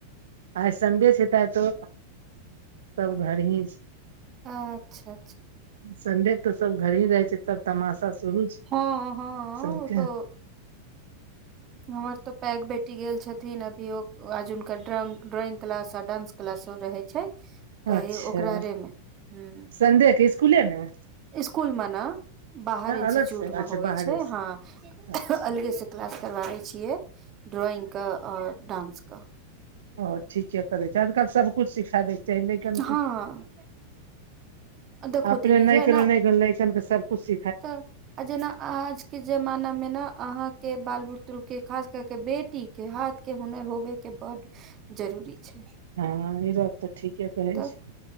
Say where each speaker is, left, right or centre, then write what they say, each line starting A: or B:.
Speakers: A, on the right (about 60°); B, on the right (about 30°).
A: आइ सन्डे छै तऽ आइ त सब घर ही छै
B: अच्छा
A: संडे के तऽ सब घरही रहै छै सब तमाशा शुरू छै
B: हँ हँ
A: सबके
B: ओ तऽ हमर तऽ पैग बेटी गेल छथिन अभी आज हुनका ड्रॉइंग ड्रॉइंग क्लास आ डांस क्लासो रहै छै तऽ
A: अच्छा
B: ओकरारे मे ह
A: संडेके स्कूल मे
B: स्कूल मे ना बाहर इंस्टिच्यूट
A: अलग से
B: मे
A: अच्छा
B: होवै
A: बाहरे
B: छै
A: से
B: हँ
A: अच्छा
B: अलगे से क्लास करबाबे छियै ड्रॉइंग के और डांस के
A: ओ ठीके करै छै आजकल सभकिछु सिखा दयके चाही लैकन
B: हँ
A: के
B: देखो
A: अपने
B: दीदी
A: नहि
B: जे ने
A: <unintelligible> सबकुछ सिख
B: तब आ जेना आजके जमाना मे ने अहाँके बाल बुतरूके खास करके के बेटी के हाथ के हुनर होबे के बड्ड जरूरी छै
A: हँ ई बात तऽ ठीके कहै
B: तऽ
A: छियै